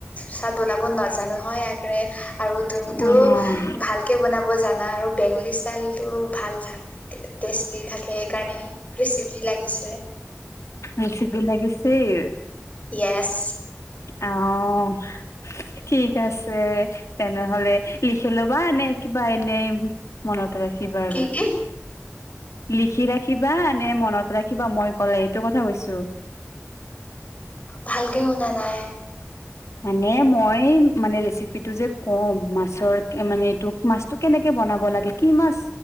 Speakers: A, on the left; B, on the left.
A: চাদ বনাব নাজানো হয় একৰে আৰু তুমিতো
B: অ',
A: ভালকে বনাব জানা আৰু বেংগলী। <unintelligible> টেষ্টি থাকে সেইকাৰণে, ৰেচিপি লাগিছে।
B: ৰেচিপি লাগিছিল।
A: য়েছ।
B: অ'। অ' ঠিক আছে তেনেহ'লে, লিখি ল'বা এনে কিবা এনেই। মনত ৰাখিবা আৰু,
A: কি কি
B: লিখি ৰাখিবা নে মনত ৰাখি? কিবা মই ক'লে এইটো কথা কৈছো।
A: ভালকে শুনা নাই।
B: মানে, মই মানে ৰেচিপিটো যে কম মাছৰ মানে এইটো। মাছটো কেনেকে বনাব লাগে? কি মাছ